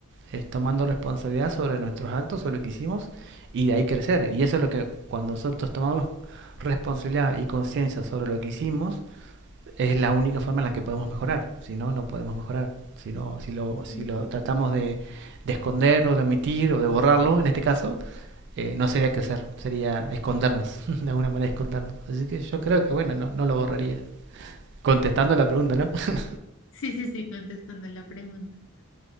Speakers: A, on the right; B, on the left.
A: es tomando responsabilidad sobre nuestros actos, sobre lo que hicimos, y de ahí crecer. Y eso es lo que cuando nosotros tomamos responsabilidad y conciencia sobre lo que hicimos, es la única forma en la que podemos mejorar. Si no, no podemos mejorar. Si, no, si, lo,
B: sí.
A: si lo tratamos de, de esconder o de omitir o de borrarlo, en este caso, eh, no sería crecer, sería escondernos, <laughs> de alguna manera escondernos. Así que yo creo que, bueno, no, no lo borraría. Contestando la pregunta, ¿no? <laughs>
B: Sí, sí, sí, contestando la pregunta.